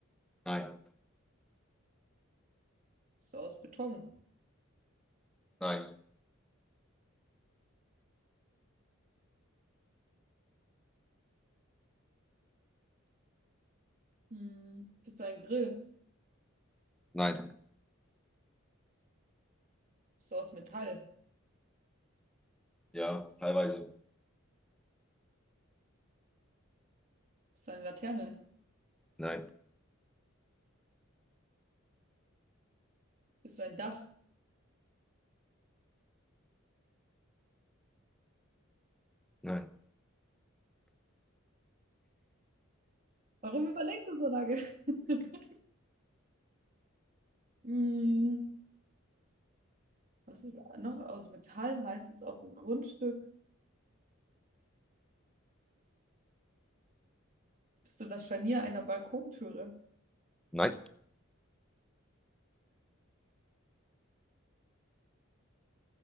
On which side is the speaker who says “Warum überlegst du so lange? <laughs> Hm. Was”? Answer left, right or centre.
Right